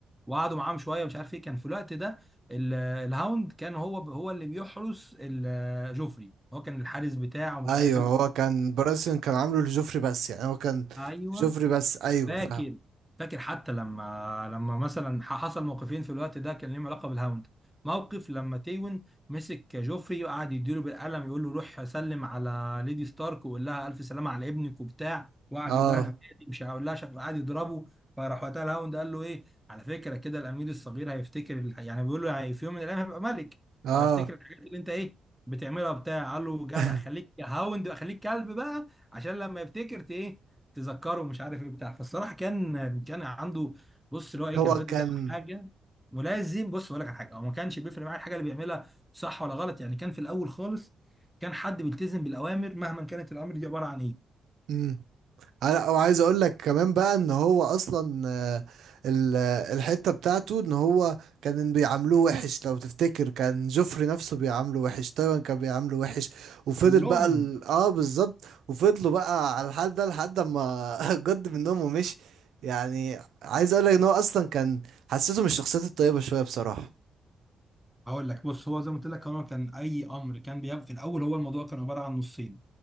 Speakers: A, in the centre; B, on the right.
A: وقعدوا معاهم شويه مش عارف ايه كان في الوقت ده ال- الهاوند كان هو هو اللي بيحرس ال- جوفري هو كان الحارس بتاعه ومش
B: ايوه
A: عارف ايه
B: هو كان براسن كان عامله لجوفري بس يعني هو كان
A: ايوه
B: جوفري بس ايوه
A: فاكر
B: فاهم
A: فاكر حتى لما لما مثلا ح- حصل موقفين في الوقت ده كان ليهم علاقه بالهاوند موقف لما تيون مسك جوفري وقعد يديله بالقلم يقول له روح سلم على ليدي ستارك وقول لها الف سلامه على ابنك وبتاع وقعد
B: اه
A: يقول لها انا مالي مش هقول لها شكله قعد يضربه فراح وقتها الهاوند قال له ايه على فكره كده الامير الصغير هيفتكر ال- يعني بيقول له يعني في يوم من الايام هيبقى ملك
B: اه
A: وهيفتكر الحاجات اللي انت ايه بتعملها بتاع قال له جدع
B: <laughs>
A: خليك يا هاوند خليك كلب بقى عشان لما يفتكر ت- ايه تذكره مش عارف ايه بتاع فالصراحه كان كان عنده بص اللي هو ايه
B: هو
A: كان فاتح
B: كان
A: ده حاجه ملازم بص اقول لك على حاجه هو ما كانش بيفرق معاه الحاجه اللي بيعملها صح ولا غلط يعني كان في الاول خالص كان حد بيلتزم بالاوامر مهما كانت الامر دي عباره عن ايه
B: مم. لا وعايز اقول لك كمان بقى ان هو اصلا آه، ال- آه، الحته بتاعته ان هو كان بيعاملوه وحش لو تفتكر كان جوفري نفسه بيعامله وحش تايوان كان بيعامله وحش وفضل
A: كلهم
B: بقى ال... اه بالظبط وفضلوا بقى على الحال ده لحد ما <laughs> جد منهم ومشي يعني عايز اقول لك ان هو اصلا كان حسيته من الشخصيات الطيبه شويه بصراحه
A: هقول لك بص هو زي ما قلت لك هو كان اي امر كان بيبقى في الاول هو الموضوع كان عباره عن نصين